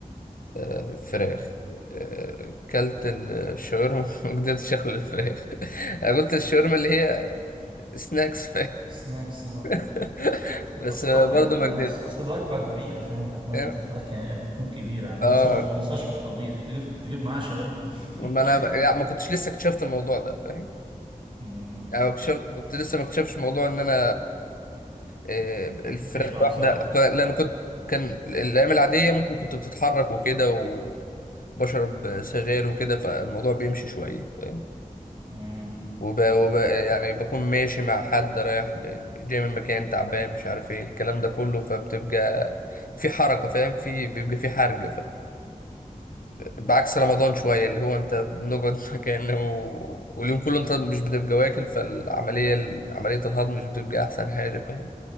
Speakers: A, on the left; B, on the right.
A: آه، فراخ آه، كلت الشاورما <laughs> ما قدرتش أخلي الفراخ <laughs> أنا قلت الشاورما اللي هي سناكس
B: <laughs> سناكس
A: <laughs>
B: ط- ط-
A: بس
B: طب
A: برضه
B: ليه بال-
A: ما قدرت
B: أص- اصل الوجبه كبيره فاهم حتى وجبه
A: فاهم
B: الفراخ كان- بتكون كبيره يعني بس
A: اه
B: ما بتخلصهاش في الطبيخ تجيب تجيب معاها شاورما
A: ما
B: <laughs>
A: انا لا ما كنتش لسه اكتشفت الموضوع ده فاهم
B: مم.
A: يعني ما اكتشف... كنت لسه ما اكتشفش موضوع ان انا آه، الفراخ
B: بتشبع
A: الواحده
B: بسرعه
A: لان كنت كان الايام العاديه ممكن كنت بتتحرك وكده وبشرب سجاير وكده فالموضوع بيمشي شويه فاهم
B: مم.
A: وب... وب... يعني بكون ماشي مع حد رايح م- جاي من مكان تعبان مش عارف ايه الكلام ده كله فبتبقى في حركه فاهم في بيبقى في حرج بعكس رمضان شوية اللي هو انت بنقعد <laughs> مكانه و... واليوم كله انت مش بتبقى واكل فالعملية عملية الهضم مش بتبقى أحسن حاجة فاهم